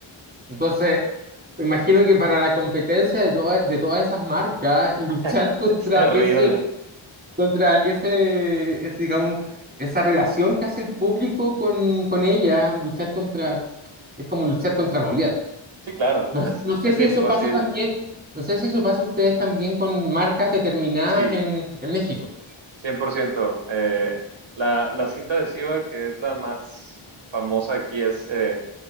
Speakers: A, on the right (about 20°); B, on the right (about 65°).
A: Entonces, me imagino que para la competencia de, toda- de todas esas marcas, luchar
B: <laughs>
A: contra
B: Es terrible.
A: ese, contra ese, ese, digamos, esa relación que hace el público con, con ella, luchar contra, es como luchar contra Goliat.
B: Sí, claro,
A: No,
B: es,
A: no sé
B: es
A: si
B: imposible.
A: eso pasa también, no sé si eso pasa a ustedes también con marcas determinadas
B: Sí,
A: en, en México.
B: 100%. Eh, la, la cinta adhesiva, que es la más famosa aquí, es eh,